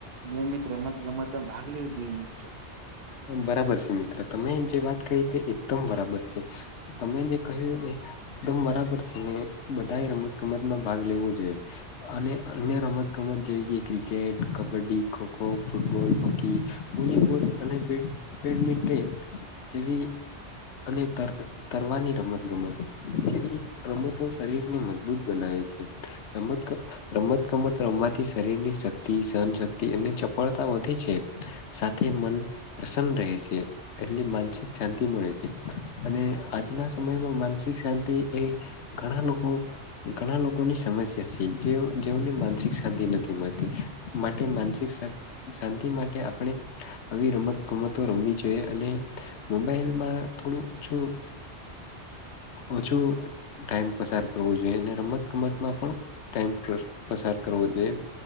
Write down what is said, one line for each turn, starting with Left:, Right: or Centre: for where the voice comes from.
Right: નિયમિત રમત ગમત માં ભાગ લેવું જોઈએ મિત્ર
Left: હ બરાબર છે, મિત્ર તમે જે વાત કહી તે એકદમ બરાબર છે. તમે જે કહ્યું એ એકદમ બરાબર છે ને બધા એ રમત ગમતમાં ભાગ લેવો જોઈએ અને અન્ય રમત ગમત જેવી કે cricket, kabaddi, kho kho, football, hockey volleyball અને બેડ બેડમિન્ટન જેવી અને તર તરવાની રમત ગમત જેવી રમતો શરીરને મજબૂત બનાવે છે. રમત ગ રમત ગમત રમવાથી શરીર ની શક્તિ સહનશક્તિ અને ચપળતા વધે છે. સાથે મન પ્રંસન્ન રહે છે. એટલે માનસિક શાંતિ મળે છે, અને આજના સમયમાં માનસિક શાંતિ એ ઘણા લોકો ઘણા લોકોની સમસ્યા છે, જે જેઓને માનસિક શાંતિ નથી મળતી માટે માનસિક શાંન શાંતિ માટે આપણે આવી રમત રમતો રમવી જોઈ એ અને મોબાઈલ માં થોડું ઓછું ઓછું ટાઈમ પસાર કરવો જોઈએ અને રમત ગમતમાં પણ ટાઈમ પસા પસાર કરવો જોઈએ